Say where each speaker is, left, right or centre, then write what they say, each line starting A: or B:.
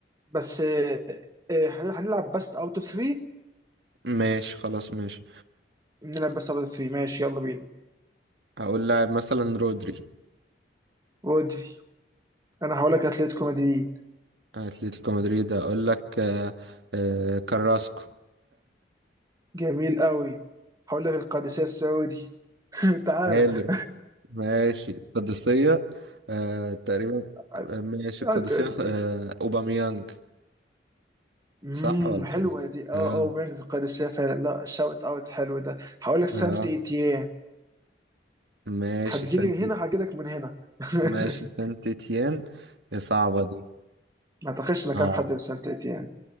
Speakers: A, on the right; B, on the right.
A: بس آه، آه، هن- هنلعب بس اوت اوف 3
B: ماشي خلاص ماشي
A: نلعب بس اوت اوف 3 ماشي يلا بينا
B: هقول لاعب مثلا رودري
A: ودي انا هقول لك اتلتيكو مدريد
B: اتلتيكو مدريد هقول لك آه، آه، كراسكو
A: جميل قوي هقول لك القادسية السعودي <laughs> تعالى
B: حلو ماشي القادسية آه تقريبا
A: <laughs>
B: آه، ماشي القادسية
A: هتقول لي
B: آه أوباميانج
A: امم
B: صح ولا
A: حلوه
B: إيه؟
A: دي اه
B: آه
A: اه وبنك في القادسيه فعلا لا شاوت اوت حلو ده هقول لك سانت
B: آه
A: ايتيان
B: ماشي
A: هتجيلي
B: سانتي
A: من هنا هجيلك من هنا
B: ماشي
A: <laughs>
B: سانتيتيان هي صعبة دي
A: ما اعتقدش انك
B: آه
A: عارف حد من سانت ايتيان